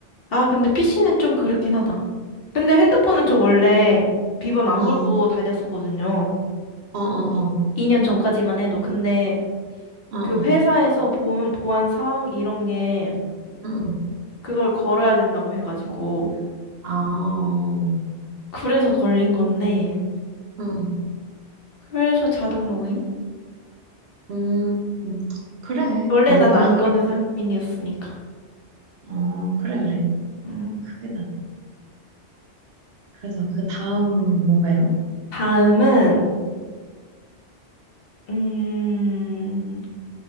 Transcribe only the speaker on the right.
어, 어,
어, 어,
어, 어,
응, 응.
아, 어,
응,
음, 음. 그래.
뭐
그,
어, 그래, 그래.
그게 나. 그래서 그 다음 뭔가요?